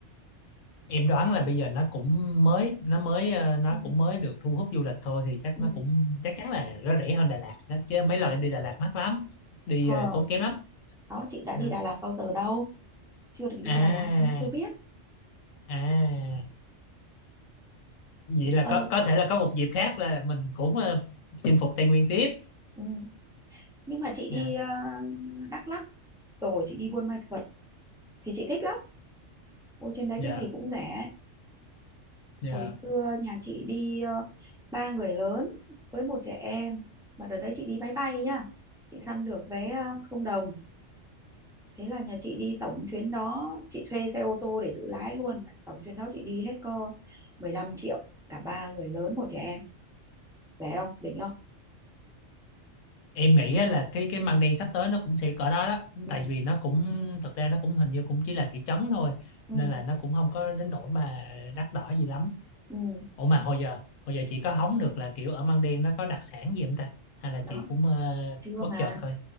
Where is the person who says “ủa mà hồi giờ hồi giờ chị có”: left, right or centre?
Left